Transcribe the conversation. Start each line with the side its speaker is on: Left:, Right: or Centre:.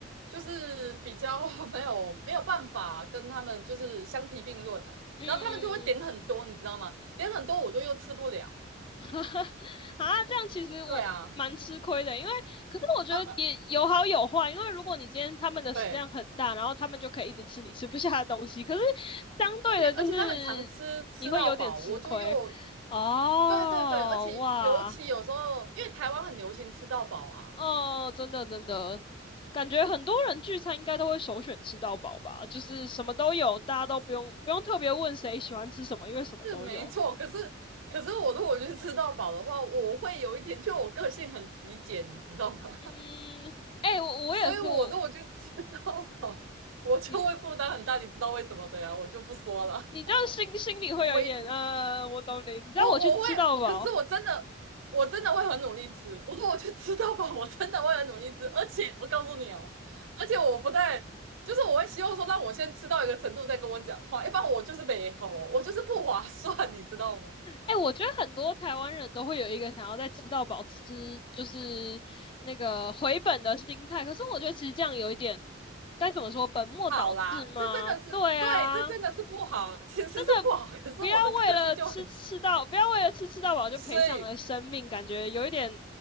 Right: 就是比较 <laughs> 没有没有办法跟他们就是相提并论啊。
Left: 嗯，
Right: 然后他们就会点很多，你知道吗？点很多我就又吃不了。
Left: <laughs> 哈哈，啊，这样其实我蛮吃亏的，
Right: 对啊，
Left: 因为可是我觉得也有好有坏，
Right: 呃呃，
Left: 因为如果你今天他们的食量很大，
Right: 对，
Left: 然后他们就可以一直吃你吃不下的东西，可是相对的就是你会有点吃亏。
Right: 而且而且他们常吃吃到饱，我就又
Left: 哦，
Right: 对对对，而且尤其有时候，
Left: 哇。
Right: 因为台湾很流行吃到饱啊，
Left: 哦，真的真的，感觉很多人聚餐应该都会首选吃到饱吧，就是什么都有，大家都不用不用特别问谁喜欢吃什么，因为什么都有。
Right: 是没错。可是可是我如果去吃到饱的话，我会有一点，就我个性很极简，你知道吗？
Left: 嗯，哎、我我也是，
Right: <laughs> 所以我如果去吃到饱，
Left: 我
Right: 我就会负担很大，
Left: 你
Right: 你知道为什么的呀？我就不说了，
Left: 你这样心心里会有一点，
Right: <laughs> 我会一直
Left: 呃，我懂你。你知道我去吃到饱，
Right: 我我会，可是我真的我真的会很努力吃。我说我去吃到饱，我真的会很努力吃。而且我告诉你哦，而且我不太，就是我会希望说让我先吃到一个程度再跟我讲话，一般我就是没吼我就是不划算，你知道吗？
Left: 哎、我觉得很多台湾人都会有一个想要在吃到饱吃，就是那个回本的心态。可是我觉得其实这样有一点，该怎么说，本末倒置吗？
Right: 好啦，这真的是对，
Left: 对啊。
Right: 这真的是不好，其实是不好。
Left: 那
Right: 可是我的个性就很急，
Left: 不要为了吃吃到，不要为了吃吃到饱就赔上了生命，
Right: 所以
Left: 感觉有一点